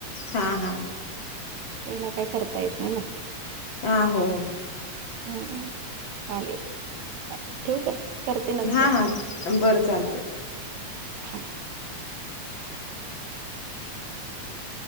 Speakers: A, on the left; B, on the right.
A: हा हा.
B: त्याहीला काही करता येत नाही ना.
A: हां. होय.
B: हुं हु चालेल ठेवू? करते नंतर
A: हा बरं चालत.
B: <unintelligible> <inaudible>